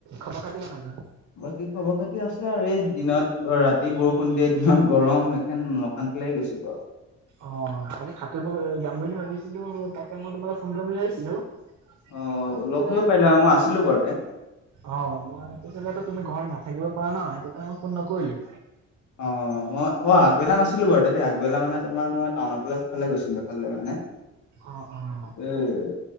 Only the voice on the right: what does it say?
খবৰ খাতি কেনেকুৱা?
অঁ' আজি সাতুৰিব অ' যাম বুলি ভাবিছিলো তাকে মই তোমালৈ ফোন কৰিম বুলি ভাবিছিলোঁ।
তাপাছতে
অঁ' মই তেতিয়াহ'লে আকৌ তুমি ঘৰত নাথাকিব পাৰা ন সেইটো কাৰণে মই ফোন নকৰিলো।
অহ'-অহ'।